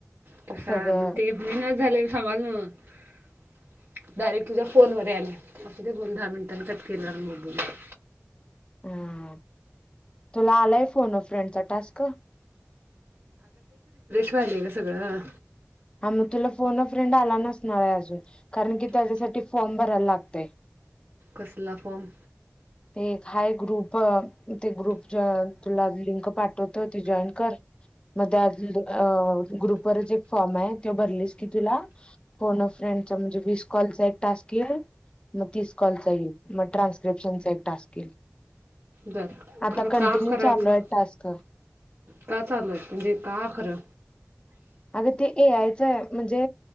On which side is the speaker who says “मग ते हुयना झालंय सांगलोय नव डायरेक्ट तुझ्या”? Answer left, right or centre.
Right